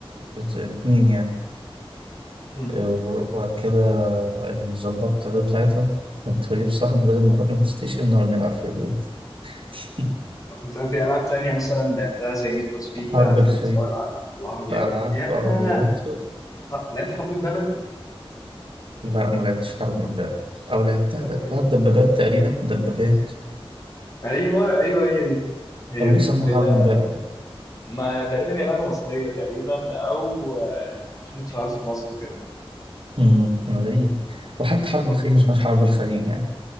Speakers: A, on the right (about 60°); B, on the left (about 35°).
A: اتنين يعني
B: مم.
A: آه، وبعد كده آه، ظبطت الرد بتاعتها كنت بجيب صاحبي بدل ما نروح البلاي ستيشن نقعد نلعب في البيت <laughs>
B: طب انت في العاب تانية مثلا لعبتها زي نيد فور سبيد لا
A: حرب الخيل
B: سواء الع- العربيات
A: الألعاب
B: ياه
A: عربيات
B: ح- لعبت حرب امبابه
A: لا ما لعبتش حرب من باب او لعبتها
B: لا
A: ده-
B: كان
A: بتاعت
B: في
A: دبابات
B: ألعاب.
A: تقريبا دبابات
B: ايوه ايوه هي دي هي
A: او
B: دي
A: ليه سموها
B: اللي
A: حرب
B: هي
A: من باب
B: ما تقريبا هي لعبه مصريه تقريبا او آه، يعني عشان اتشهرت في مصر وكده
A: امم غريب وحتى حرب
B: طب
A: الخليج
B: في
A: مش مش حرب الخليج يعني